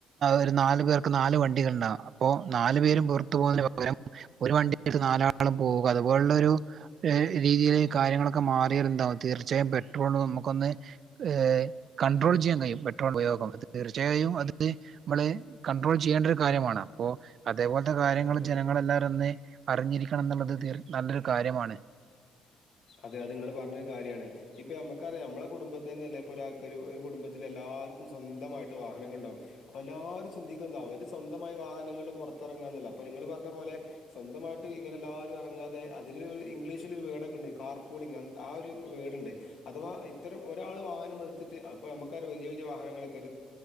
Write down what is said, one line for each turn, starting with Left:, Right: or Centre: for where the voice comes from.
Right: ഒരു നാല് പേർക്ക് നാല് വണ്ടികളുണ്ടാവും അപ്പൊ നാലു പേരും പുറത്തു പോകുന്നതിന് പകരം ഒരു വണ്ടിട്ട് നാലാളും പോവുക അതുപോലുള്ള ഒരു രീതിയിയില് കാര്യങ്ങളൊക്കെ മാറി വര് വും തീർച്ചയായും പെട്രോൾ നമുക്കൊന്ന്കണ്ടട്രോൾ ചെയ്യാൻ കഴിയും പെട്രോൾ ഉപയോഗം തീയും എഐയൂം അത് മ്മള് കൺണ്ട്രോൾ ചെയ്യേണ്ട ഒരു കാര്യമാണ് അപ്പോ അതേപോലെ കാര്യങ്ങൾ
Left: അതെ
Right: ജനങ്ങളെല്ലാവരന് അറിഞ്ഞിരിക്കണം എന്നുള്ളത് നല്ലൊരു കാര്യമാണ്
Left: അതെ അത് നിങ്ങള്ൾ പറഞ്ഞൊരു കാര്യമാണ് ഇപ്പൊ നമ്മുക്കറിയാം നമ്മളെ കുടുംബത്തി തന്നെ അല്ല ഇൊ ഒ ഒരു കുടുംബത്തില എല്ലാ എല്ലർക്കും സ്വന്തമായിട്ട് വാഹനങ്ങൾ ഉണ്ടാവും അപ്പ എല്ലാവരും ചിന്തിക്കുന്ന അവര് സ്വന്തമായ വാഹനങ്ങൾ പുറത്തിറങ്ങാൻ അപ്പൊ നിങ്ങള് പറഞ്ഞ പോലെ സ്വന്തമായിട്ട് ഇങ്ങനെ എല്ലാവരും ഇറങ്ങാതെ അതിന് ഇംഗ്ലീഷിലൊ ഒരു വേടൊക്കെ ഉ കാർ പോളിംഗ് ആ ഒരു വേടുണ്ട് അഥവാ ഇത്തരം ഒരാൾ വാഹനം എടുത്തിട്ട് അപ്പോൾ നമുക്കരു വലിയ വാഹനങ്ങളൊക്കെ